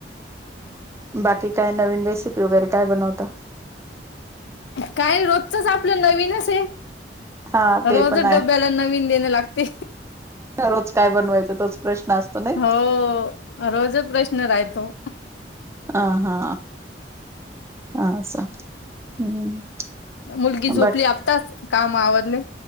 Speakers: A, on the right; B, on the left.
A: <inaudible> बाकी काय नवीन रेसिपी वगैरे काय बनवता?
B: काय रोजचच आपलं नवीन अस आहे.
A: हा ते
B: रोजच
A: पण आहे
B: डब्याला नवीन देणे लागते..
A: रोज काय बनवायचं तोच प्रश्न असतो नाही
B: हो रोजच प्रश्न राहतो?
A: आ हा, अस हम्
B: मुलगी झोपली
A: बाकी.
B: आताच काम आवडले?